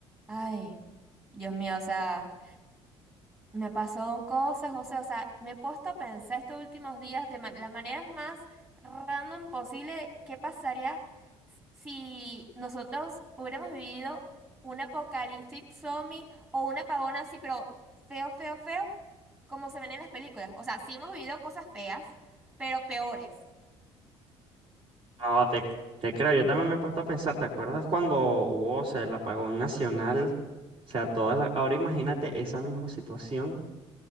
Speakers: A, on the right; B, on the right.
A: Ay, Dios mío, o sea, me pasó cosas, José, o sea, me he puesto a pensar estos últimos días de ma- las maneras más random posible, de qué pasaría si nosotros hubiéramos vivido un apocalipsis zombie o un apagón así, pero feo, feo, feo, como se ven en las películas. O sea, sí hemos vivido cosas feas, pero peores.
B: No, te, te creo, yo también me he puesto a pensar, ¿te acuerdas cuando hubo, o sea, el apagón nacional? O sea, todas las... Ahora imagínate esa misma situación,